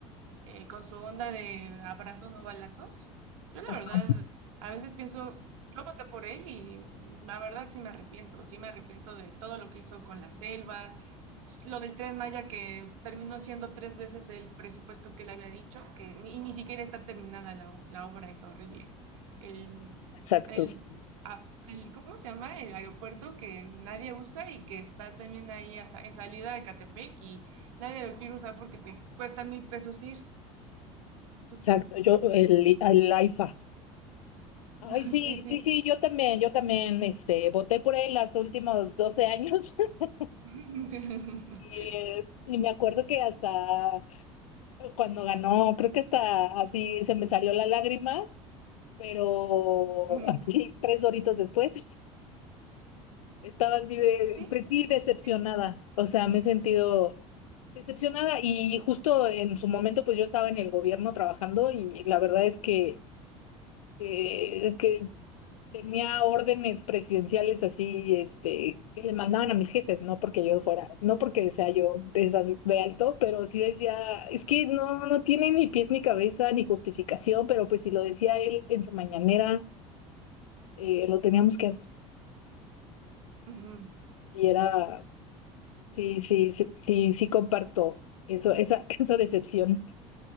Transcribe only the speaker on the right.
Eh, con su onda de abrazos no balazos, yo la
verdad, a veces pienso, yo voté por él y la verdad sí me arrepiento, sí me arrepiento de todo lo que hizo con la selva, lo del Tren Maya que terminó siendo tres veces el presupuesto que le había dicho, que ni, y ni siquiera está terminada la, o- la obra, es horrible. El,
el,
a- el- ¿cómo se llama? El aeropuerto que nadie usa y que está también ahí a sa- en salida de Catepec y nadie lo quiere usar porque te cuesta mil pesos ir. Entonces,
<laughs>
sí, sí.
<laughs>
Mm,
Sí,
sí, sí. sí.
Ujú.